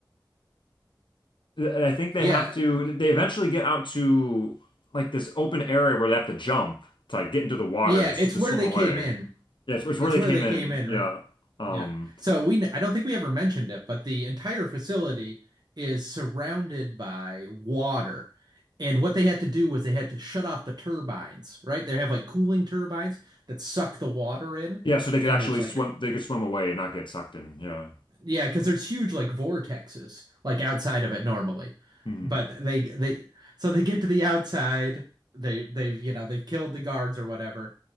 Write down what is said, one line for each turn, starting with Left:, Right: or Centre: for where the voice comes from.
Left: I think they
Right: Yeah.
Left: have to. They eventually get out to like this open area where they have to jump to like get into the water
Right: Yeah,
Left: to, s-
Right: it's
Left: to
Right: where
Left: swim
Right: they
Left: away.
Right: came in.
Left: Yeah, it's, it's where
Right: It's
Left: they
Right: where
Left: came
Right: they
Left: in.
Right: came in.
Left: Yeah. Um,
Right: Yeah. So we, I don't think we ever mentioned it, but the entire facility is surrounded by water. And what they had to do was they had to shut off the turbines, right? They have like cooling turbines that suck the water in,
Left: yeah, so they could
Right: and
Left: actually
Right: there's like
Left: swim. They could swim away and not get sucked in. Yeah.
Right: yeah, because there's huge like vortexes like outside of it normally,
Left: hmm
Right: but they they so they get to the outside. They they've you know they've killed the guards or whatever,